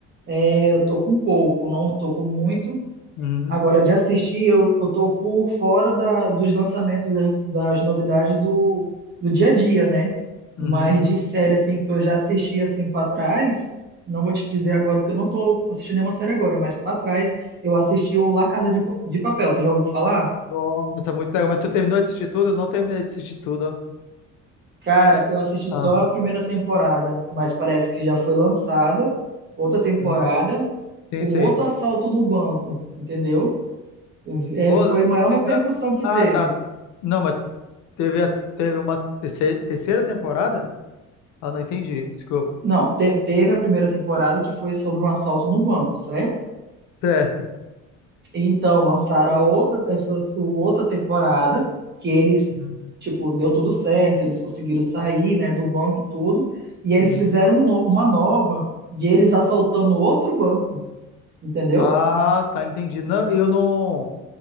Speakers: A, on the right (about 35°); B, on the left (about 80°).
A: é, eu tô com pouco, não tô com muito.
B: Uhum,
A: Agora, de assistir, eu, eu tô por fora da, dos lançamentos, das, das novidades do, do dia a dia, né?
B: uhum.
A: Mas de série, assim, que eu já assisti, assim, pra trás, não vou te dizer agora, porque eu não tô assistindo nenhuma série agora, mas pra trás, eu assisti o La Casa de, Pa- de Papel, tu já ouviu falar?
B: Nossa, muito legal. Mas tu terminou de assistir tudo? Eu não terminei de assistir tudo.
A: Cara, eu assisti
B: Ah,
A: só a primeira temporada, mas parece que já foi lançada outra temporada
B: uhum. Sim,
A: com
B: sim.
A: outro assalto no banco, entendeu? O- É,
B: Pô,
A: foi a maior repercussão
B: na-
A: que
B: ah,
A: teve.
B: tá. Não, mas teve, a- teve uma terceira, terceira temporada? Ah, não entendi. Desculpa.
A: Não, te- teve a primeira temporada que foi sobre um assalto no banco, certo?
B: Certo.
A: E então lançaram a outra, essa, o- outra temporada que eles,
B: Uhum,
A: tipo, deu tudo certo, eles conseguiram sair, né, do banco e tudo, e aí
B: uhum.
A: eles fizeram um no- uma nova de eles assaltando outro banco, entendeu?
B: Ah, tá, entendi. Não, eu não,